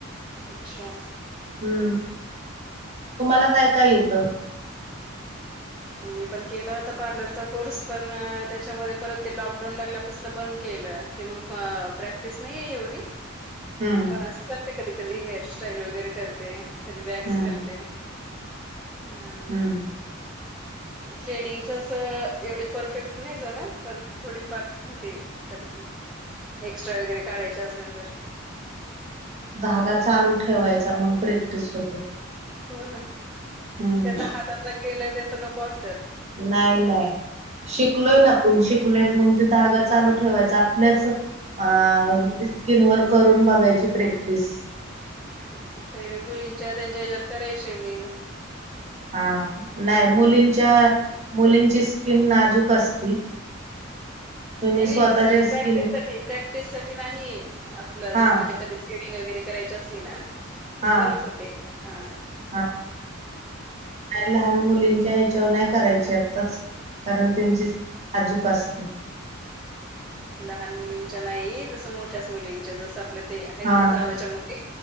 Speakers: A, in the centre; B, on the right.
A: आछा!
B: हम्म, तुम्हाला काय काय येतं?
A: मी पण केलं होता पार्लरचा कोर्स, पण त्याच्यामध्ये परत ते लॉकडाऊन लागल्यापासून बंद केलं. ते मग, प्रॅक्टिस नाही आहे एवढी.
B: हम्म
A: पण असं करते कधी, कधी हेअरस्टाईल वगैरे करते. कधी वॅक्स
B: हम्म
A: करते, हा.
B: हम्म
A: थ्रेडिंगच असं एवढी परफेक्ट नाही जमतं, पण थोडीफार होते. कधी, कधी एक्स्ट्रा वगैरे काढायचे असेल तर.
B: धागा चालू ठेवायचा. मग प्रॅक्टिस होते.
A: हो.. ना..
B: हम्म
A: तेतर.. हातात न केलं ते तर नको वाट..
B: नाही- नाही शिकलोय ना आपण शिकलोय मग ते धागा ठेवायचा. आपु... आपल्याच अ... स्किन वर करून बघायची प्रॅक्टिस.
A: पहिले मुलींच्या त्यांच्या ह्याच्यावर करायची मी...
B: हा.. नाही मुलींच्या.. मुलींची स्किन नाजूक असती. तुम्ही
A: नाही-
B: स्वतःच्या
A: नाही तस म्हणजे
B: स्किन
A: प्रॅक्टिससाठी. प्रॅक्टिस साठी नाही... आपलं
B: हा
A: जसं म्हणजे कधी थ्रेडिंग वैगैरे करायची असली ना.. तर
B: हा
A: करत होते. हा..
B: हा नाही लहान मुलींच्या ह्याच्यावर नाही करायची आत्ताच. कारण त्यांची नाजूक असते.
A: लहान मुलींच्या नाही. जस मोठ्याच मुलींच्या जस आपल्या... ते.. आहेत
B: हा
A: ना... जावच्या मुली..